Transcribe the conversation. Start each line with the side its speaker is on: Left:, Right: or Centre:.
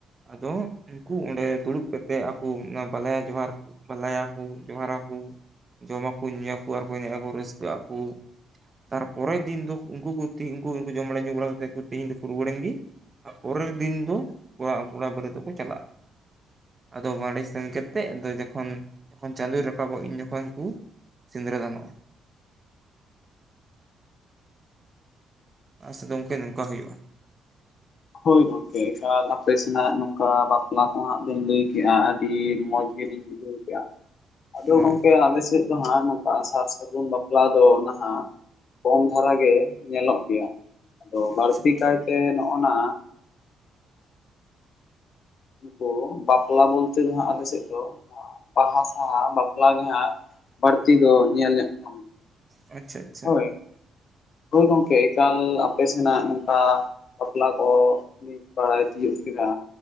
Right: ᱟᱫᱚ ᱩᱱᱠᱩ ᱚᱸᱰᱮ ᱫᱩᱲᱩᱵ ᱠᱟᱛᱮᱜ ᱟᱠᱚ ᱚᱱᱟ ᱵᱟᱞᱟᱭᱟ ᱡᱚᱦᱟᱸᱨ ᱵᱟᱞᱟᱭᱟ ᱠᱚ ᱡᱚᱦᱟᱸᱨᱟᱠᱚ, ᱡᱚᱢ ᱟᱠᱚ ᱧᱩᱭ ᱟᱠᱚ ᱟᱨ ᱠᱚ ᱮᱱᱮᱡ ᱟᱠᱚ ᱨᱟᱹᱥᱠᱟᱹᱜ ᱟᱠᱚ᱾ ᱛᱟᱨᱯᱚᱨᱮᱨ ᱫᱤᱱ ᱫᱚ ᱩᱱᱠᱩ ᱠᱚ ᱛᱤ ᱩᱱᱠᱩ ᱩᱱᱠᱩ ᱡᱚᱢ ᱵᱟᱲᱟ ᱧᱩ ᱵᱟᱲᱟ ᱠᱟᱛᱮᱫ ᱛᱤᱦᱤᱧ ᱫᱚᱠᱚ ᱨᱩᱭᱟᱹᱲᱮᱱ ᱜᱮ, ᱟᱨ ᱯᱚᱨᱮᱨ ᱫᱤᱱ ᱫᱚ ᱠᱚᱲᱟ ᱠᱚᱲᱟ ᱵᱟᱹᱨᱮ ᱛᱮᱠᱚ ᱪᱟᱞᱟᱜᱼᱟ᱾ ᱟᱫᱚ ᱵᱟᱲᱮ ᱥᱮᱱ ᱠᱟᱛᱮᱜ ᱟᱫᱚ ᱡᱚᱠᱷᱚᱱ ᱡᱚᱠᱷᱚᱱ ᱪᱟᱸᱫᱚᱭ ᱨᱟᱠᱟᱵᱚᱜ ᱩᱱ ᱡᱚᱠᱷᱚᱱ ᱠᱚ ᱥᱤᱸᱫᱽᱨᱟᱹ ᱫᱟᱱᱚᱜᱼᱟ᱾
Left: <inaudible>
Right: ᱟᱞᱮ ᱥᱮᱫ ᱫᱚ ᱜᱚᱝᱠᱮ ᱱᱚᱝᱠᱟ ᱦᱩᱭᱩᱜ-ᱟ᱾
Left: ᱦᱳᱭ ᱜᱚᱝᱠᱮ ᱮᱠᱟᱞ ᱟᱯᱮ ᱥᱮᱱᱟᱜ ᱱᱚᱝᱠᱟ ᱵᱟᱯᱞᱟ ᱠᱚ ᱦᱟᱸᱜ ᱵᱮᱱ ᱞᱟᱹᱭ ᱠᱮᱜ-ᱟ ᱟᱨ ᱟᱹᱰᱤ ᱢᱚᱸᱡᱽ ᱜᱮᱞᱤᱧ ᱵᱩᱡᱷᱟᱹᱣ ᱠᱮᱜ-ᱟ ᱟᱫᱚ
Right: ᱦᱳᱭ
Left: ᱜᱚᱝᱠᱮ ᱟᱞᱮ ᱥᱮᱫ ᱦᱚᱸᱜ-ᱚᱭ ᱱᱚᱝᱠᱟ ᱥᱟᱨ ᱥᱟᱹᱜᱩᱱ ᱵᱟᱯᱞᱟ ᱫᱚ ᱱᱟᱦᱟᱜ ᱠᱚᱢ ᱫᱷᱟᱨᱟ ᱜᱮ ᱧᱮᱞᱚᱜ ᱜᱮᱭᱟ, ᱟᱫᱚ
Right: ᱟᱪᱪᱷᱟ
Left: ᱵᱟᱹᱲᱛᱤ
Right: ᱟᱪᱪᱷᱟ
Left: ᱠᱟᱭᱛᱮ ᱱᱚᱜ-ᱱᱟ ᱱᱩᱠᱩ ᱵᱟᱯᱞᱟ ᱵᱚᱞᱛᱮ ᱫᱚ ᱦᱟᱸᱜ ᱟᱞᱮ ᱥᱮᱫ ᱫᱚ ᱵᱟᱦᱟ ᱥᱟᱣᱦᱟ ᱵᱟᱯᱞᱟ ᱜᱮ ᱦᱟᱸᱜ ᱵᱟᱹᱲᱛᱤ ᱫᱚ ᱧᱮᱞ ᱧᱚᱜ ᱧᱟᱢᱚᱜ ᱠᱟᱱᱟ᱾
Right: ᱟᱪᱪᱷᱟ᱾ ᱟᱪᱪᱷᱟ
Left: ᱦᱳᱭ᱾ ᱦᱳᱭ ᱜᱚᱝᱠᱮ ᱮᱠᱟᱞ ᱟᱯᱮ ᱥᱮᱱᱟᱜ ᱱᱚᱝᱠᱟ ᱵᱟᱯᱞᱟ ᱠᱚ ᱞᱤᱧ ᱵᱟᱲᱟᱭ ᱛᱤᱭᱳᱜ ᱠᱮᱫᱟ,